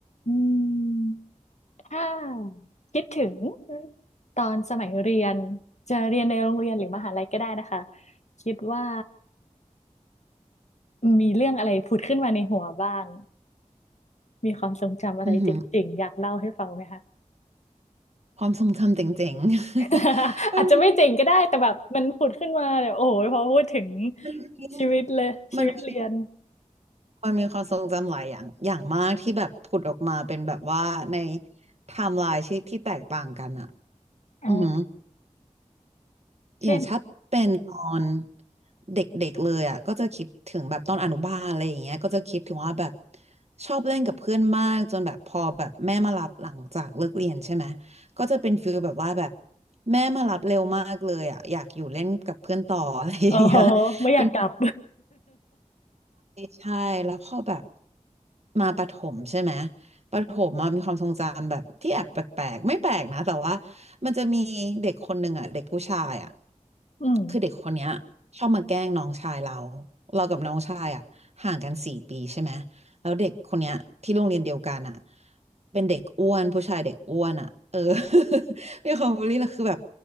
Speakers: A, on the left; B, on the right.
A: อืมถ้าคิดถึงตอนสมัยเรียนจะเรียนในโรงเรียนหรือมหาลัยก็ได้นะคะคิดว่ามีเรื่องอะไรผุดขึ้นมาในหัวบ้างมีความทรงจำอะไรเจ๋งๆอยากเล่าให้ฟังไหมคะ
B: อือหือความทรงจำเจ๋ง
A: <laughs>
B: ๆ <laughs> มัน
A: อาจจะไม่เจ๋งก็ได้แต่แบบมันผุดขึ้นมาเดี๋ยวโอ้โหพอพูดถึง
B: มันมี
A: ชีวิตเลยชีวิตเรียน
B: มันมีมันมีความทรงจำหลายอย่างอย่างมากที่แบบผุดออกมาเป็นแบบว่าในไทม์ไลน์ที่ที่แตกต่างกันอ่ะ
A: อ๋อ
B: อือหือ
A: เช่น
B: อย่างถ้าเป็นตอนเด็กๆเลยอ่ะก็จะคิดถึงแบบตอนอนุบาลอะไรอย่างเงี้ยก็จะคิดถึงว่าแบบชอบเล่นกับเพื่อนมากจนแบบพอแบบแม่มารับหลังจากเลิกเรียนใช่ไหมก็จะเป็นฟีลแบบว่าแบบแม่มารับเร็วมากเลยอ่ะอยากอยู่เล่นกับเพื่อนต่ออะไรอย่างเงี้ย
A: <laughs> โอ้โหไม่อยากกลับ
B: เป็น ใช่แล้วพอแบบมาประถมใช่ไหมประถมอะมีความทรงจำแบบที่แอบแปลกๆไม่แปลกนะแต่ว่ามันจะมีเด็กคนหนึ่งอ่ะเด็กผู้ชายอ่ะ
A: <laughs> อืม
B: คือเด็กคนเนี้ยชอบมาแกล้งน้องชายเราเรากับน้องชายอ่ะห่างกันสี่ปีใช่ไหม แล้วเด็กคนเนี้ยที่โรงเรียนเดียวกันอ่ะเป็นเด็กอ้วนผู้ชายเด็กอ้วนอ่ะเออ <laughs> มีความบูลลี่แล้วคือแบบ